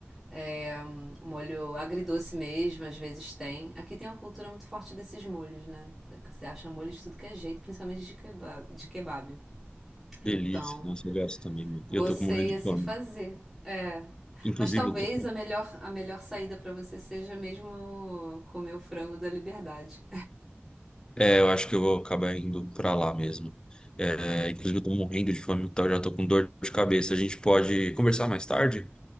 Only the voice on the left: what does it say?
Delícia.
Nossa, eu gosto também. muito.
E eu tô com morrendo
de
fome.
Inclusive,
eu tô com...
É, eu acho que eu vou acabar indo pra lá mesmo. É, inclusive, eu tô morrendo de fome, então eu já tô com dor de cabeça. A gente pode conversar mais tarde?